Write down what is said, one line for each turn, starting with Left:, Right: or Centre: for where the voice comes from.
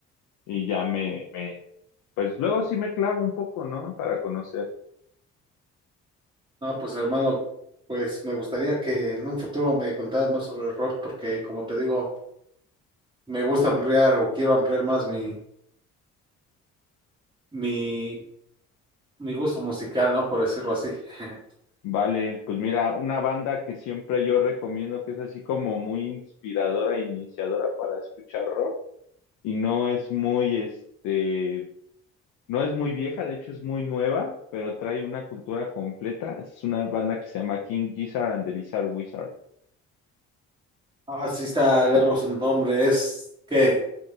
Left: y ya me, me, pues luego sí me clavo un poco, ¿no? Para conocer.
Right: No, pues hermano, pues me gustaría que en un futuro me contaras más sobre el rock, porque como te digo, me gusta ampliar o quiero ampliar más mi, mi, mi gusto musical, ¿no? Por decirlo así. <laughs>
Left: Vale, pues mira, una banda que siempre yo recomiendo que es así como muy inspiradora e iniciadora para escuchar rock y no es muy este No es muy vieja, de hecho es muy nueva, pero trae una cultura completa. Es una banda que se llama King Gizzard and the Lizard Wizard.
Right: Ah, sí está largo su nombre, es qué